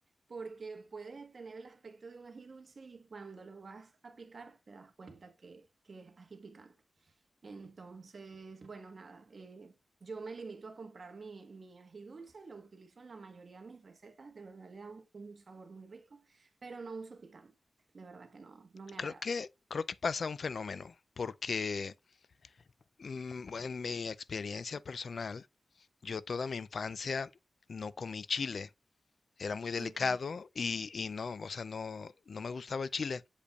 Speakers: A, on the right; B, on the left.
A: porque puede tener el aspecto de un ají dulce y cuando lo vas a picar te das cuenta que, que es ají picante. Entonces, bueno, nada, eh, yo me limito a comprar mi, mi ají dulce, lo utilizo en la mayoría de mis recetas, de verdad le da un, un sabor muy rico, pero no uso picante, de verdad que no, no me
B: Creo
A: agrada.
B: que, creo que pasa un fenómeno, porque Mm, bueno, en mi experiencia personal, yo toda mi infancia no comí chile. Era muy delicado
A: Ok,
B: y, y no, o sea, no, no me gustaba el chile,